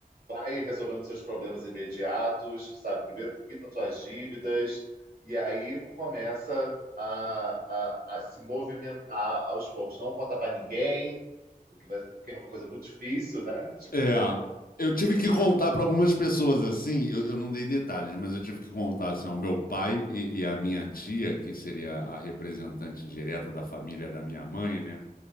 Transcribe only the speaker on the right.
vai resolvendo seus problemas imediatos, sabe? Primeiro quita suas dívidas, e aí começa a, a, a se movimentar aos poucos. Não conta para ninguém, o que, vai- o que é uma coisa muito difícil, né? Tipo,